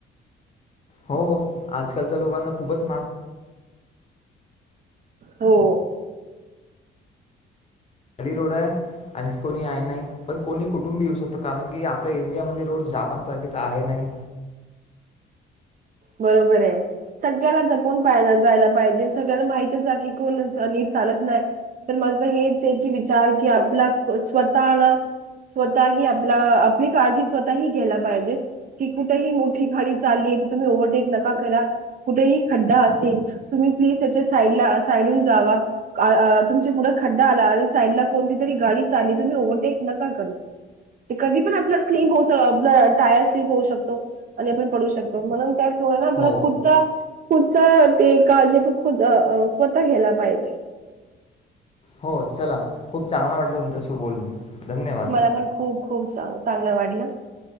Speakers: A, on the left; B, on the right.
A: हो आजकालच्या लोकांना खूपच मान
B: हो.
A: खाली रोड आहे आणखी कोणी आहे नाही पण कोणी कुटुंबी येऊ शकतो कारण की आपल्या इंडियामध्ये रोड जपानसारखे तर आहे नाही.
B: बरोबर हाय सगळ्याला जपून पळाला जायला पाहिजे, सगळ्यांला माहितच आहे की कोण नीट चालत नाही तर मझ हेच आहे की विचार आपला स्वतःला स्वतःही आपला आपली काळजी स्वतःही घ्यायला पाहिजे की कुठेही मोठी घाडी चालली तुमी ओव्हर टेक नका करा कुठेही खड्डा असेल तुमी प्लीज त्याचे साईडला साईडून जावा. तुमचे पुढे खड्डा आला आणि साईडला कोणती तरी गाडी चालली तुम्ही ओव्हरटेक नका करू. ते कधी पण आपला स्लीप होऊ आप टायर स्लीप होऊ शकतो आणि आपण पडू शक म्हणून त्याचं <unintelligible> आपला
A: हो
B: खूपचा पुढच ते काळजी खुद स्वतः घ्यायला पाहिजे.
A: हो चला खूप चांगला वाटलं तुमच्याशी बोलून. धन्यवाद
B: मला पण खूप खूप चांग चांगलं वाटल.